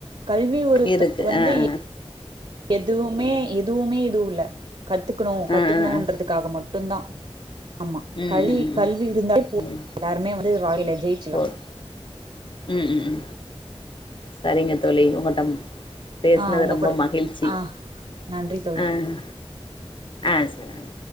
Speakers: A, on the right; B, on the left.
A: கல்வி <unintelligible>
B: இருக்கு
A: வந்து
B: ஆ ஆ
A: ஏ எதுவுமே எதுவுமே இது உள்ள கத்துக்குணோ கத்துக்குணோன்றதுக்காக
B: ஆ ஆ ஆ
A: மட் ட்டுந்தா ஆமா
B: ம்
A: கலி
B: ம் ம்
A: கல்வி
B: ம்
A: <unintelligible>
B: ம்
A: வந்து வாழ்கையில ஜெயிச்சுல்லா
B: போது ம் ம் ம் சரிங் தோழி உங்கட்டம் பேசினது
A: ஆ உங்க
B: ரொம்ப
A: கூட
B: மகிழ்ச்சி
A: ஆ நன்றி தோழி
B: ஆஹ் ஆஹ் செரி